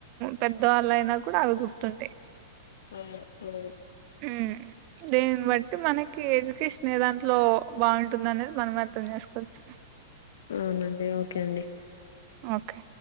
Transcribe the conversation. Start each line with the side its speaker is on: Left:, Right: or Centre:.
Right: పెద్దవాళ్ళు అయినా కూడా అవి గుర్తుంటయి.
Left: మ్ మ్మ్
Right: మ్మ్ దీన్ని బట్టి మనకి ఎడ్యుకేష్నే దాంట్లో బాగుంటుంది అనేది మనం అర్థం చేసుకోవచ్చు.
Left: అవునండి ఓకే అండి.
Right: ఓకే